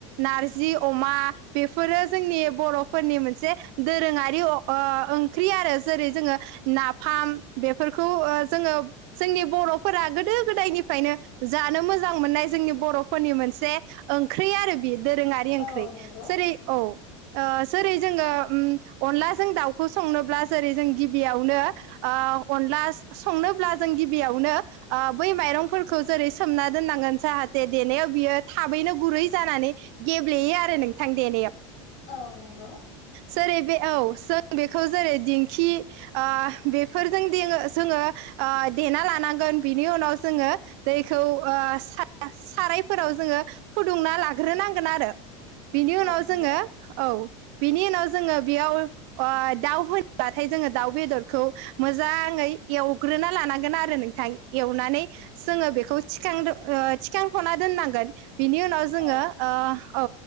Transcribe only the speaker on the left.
औ नंगौ
औ नंगौ।
औ नंगौ
औ